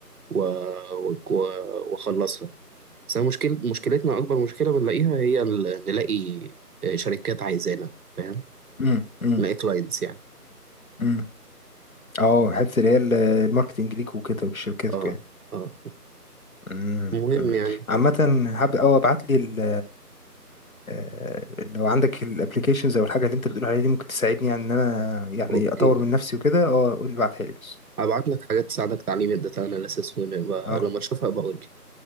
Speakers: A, on the right; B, on the left.
A: و... و... واخلصها بس أنا مشكل... مشكلتنا اكبر مشكلة بنلاقيها هي ال- نلاقي شركات عايزانا فاهم
B: امم امم
A: نلاقي كلاينتس يعني
B: امم اه حته اللي هي ال- الماركتنج ليك وكده ولشركتكم
A: اه
B: يعني
A: اه
B: امم
A: المهم
B: أمم.
A: يعني
B: عامه حابب او ابعت لي ال- آه، لو عندك الابلكيشنز او الحاجه اللي انت بتقول عليها دي ممكن تساعدني يعني ان انا يعني
A: اوكي
B: اطور من نفسي وكده اه قول لي ابعتها لي بس
A: هبعت لك حاجات تساعدك تعليم الداتا اناليسيس ولما
B: اه
A: لما اشوفها بقول لك